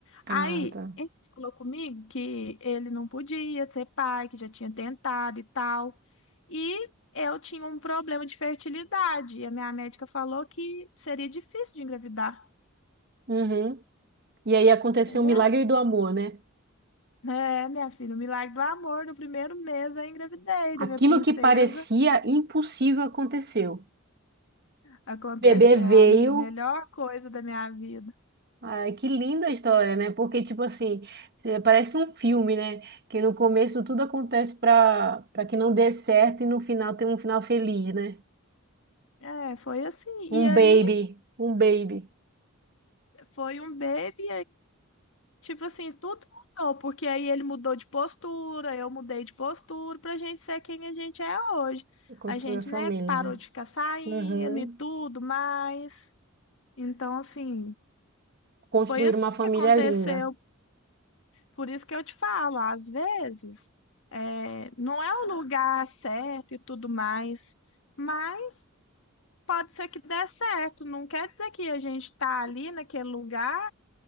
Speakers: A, on the left; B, on the right.
A: Aí
B: Ah, tá.
A: ele falou comigo que ele não podia ser pai, que já tinha tentado e tal. E eu tinha um problema de fertilidade. E a minha médica falou que seria difícil de engravidar,
B: Uhum. E aí aconteceu
A: entendeu?
B: o milagre do amor, né?
A: É, minha filha, o milagre do amor no primeiro mês eu engravidei
B: Aquilo
A: da minha princesa.
B: que parecia impossível aconteceu.
A: Aconteceu,
B: Bebê veio
A: amiga, melhor coisa da minha vida.
B: Ai, que linda a história, né? Porque, tipo assim, eh, parece um filme, né? Que no começo tudo acontece para para que não dê certo e no final tem um final feliz, né?
A: É, foi assim.
B: Um
A: E aí
B: baby, um baby.
A: foi um baby Tipo assim, tudo mudou, porque aí ele mudou de postura, eu mudei de postura pra gente ser quem a gente é hoje.
B: Construir
A: A gente,
B: a família,
A: né, parou
B: né?
A: de ficar saindo
B: Uhum.
A: e tudo mais. Então, assim,
B: Construir
A: foi assim
B: uma família
A: que aconteceu.
B: linda.
A: Por isso que eu te falo, às vezes, é, não é o lugar certo e tudo mais, mas pode ser que dê certo. Não quer dizer que a gente tá ali naquele lugar.